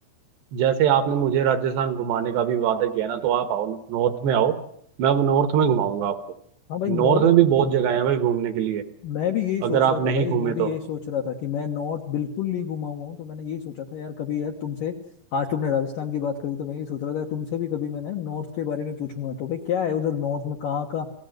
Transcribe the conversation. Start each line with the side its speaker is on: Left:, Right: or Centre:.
Right: जैसे आपने मुझे राजस्थान घुमाने का भी वादा किया ना तो आप आओ नॉर्थ में आओ मैं अब नॉर्थ में घुमाऊंगा आपको
Left: हाँ भाई नो
Right: नॉर्थ में भी बहुत जगह है भाई घूमने के लिए
Left: मैं भी यही सोच
Right: अगर आप
Left: रहा था
Right: नहीं
Left: भाई
Right: घूमे
Left: मैं भी
Right: तो
Left: यही सोच रहा था कि मैं नॉर्थ बिल्कुल नहीं घुमा हुआ हूँ तो मैंने यही सोचा था यार कभी यार तुमसे आज तुमने राजस्थान की बात करी तो मैं यही सोच रहा था तुमसे भी कभी मैंने नॉर्थ के बारे में पूछूंगा तो भाई क्या है उधर नॉर्थ में कहाँ का